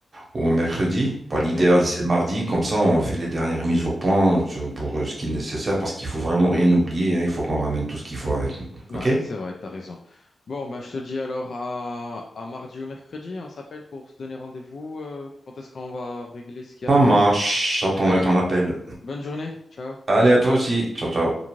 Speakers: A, on the right; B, on the left.
A: ou un mercredi. Bah,
B: ok,
A: l'idéal, c'est mardi. Comme ça, on fait les dernières mises au point sur- pour euh, ce qui est nécessaire parce qu'il faut vraiment rien oublier. hein. Il faut qu'on ramène tout ce qu'il faut avec nous.
B: Ouais,
A: OK?
B: c'est vrai, t'as raison. Bon, bah, je te dis alors à, à mardi ou mercredi, on s'appelle pour se donner rendez-vous. euh, quand est-ce qu'on va régler ce qui a
A: Ça
B: réglé?
A: marche. J'attendrai
B: Allez,
A: ton appel.
B: bonne journée. Ciao.
A: Allez, à toi aussi. Ciao, ciao.